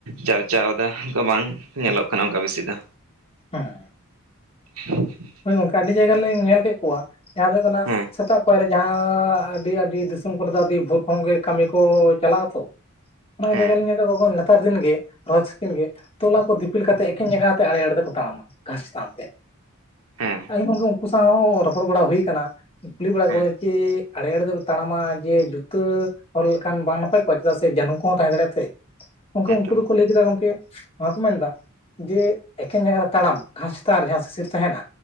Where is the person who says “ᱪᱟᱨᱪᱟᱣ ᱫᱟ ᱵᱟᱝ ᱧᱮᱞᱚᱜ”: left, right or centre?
Right